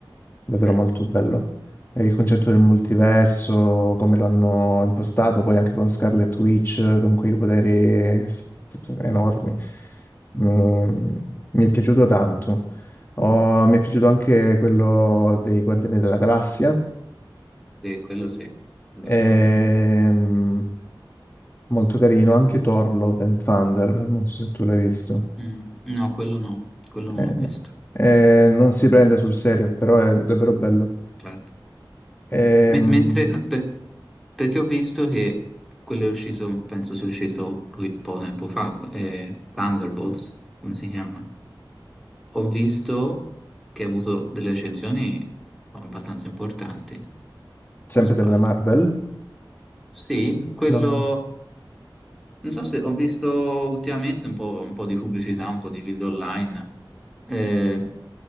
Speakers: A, on the left; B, in the centre.
A: davvero
B: sì,
A: molto bello. E il concetto del multiverso, come lo hanno impostato, poi anche con Scarlet Witch, con quei poteri s- enormi mi mi è piaciuto tanto. Ho-
B: sì.
A: mi è piaciuto anche quello dei Guardiani della Galassia.
B: Sì, quello sì, d'accordo.
A: Ehm, molto carino, anche Thor Love and Thunder, non so se tu l'hai visto.
B: Mm, no, quello no, quello non
A: Eh,
B: l'ho visto,
A: eh, non si prende sul serio, però è davvero bello.
B: certo.
A: Ehm,
B: Me- mentre, no, per- perché ho visto che quello è uscito, penso sia uscito po- poco tempo fa, eh, Thunderbolts, come si chiama? Ho visto che ha avuto delle recensioni abbastanza importanti,
A: sempre
B: o sbaglio.
A: della Marvel,
B: Sì, quello
A: no?
B: Non so se ho visto ultimamente un po', un po' di pubblicità, un po' di video online eh,